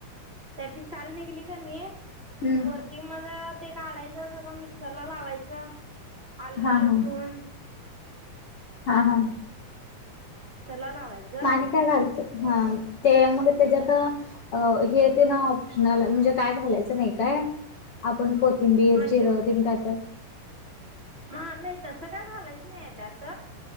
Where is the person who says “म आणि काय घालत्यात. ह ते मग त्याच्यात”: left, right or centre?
Left